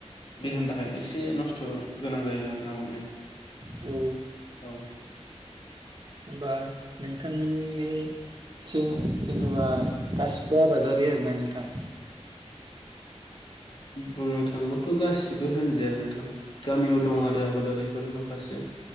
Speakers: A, on the left; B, on the right.
A: देहानि
B: उम
A: थाखाय एसे नस्थ' गोनां जायो आरो ना माने
B: औ।
A: औ
B: बा नोंथांमोननि थिं जेनेबा गासिबो आबादारि आरोना नोंथां
A: बुंनो थांङोबाथ' गासिबो होनजाया नोंथां गामियाव दं आरो आबादारिफोर माखासे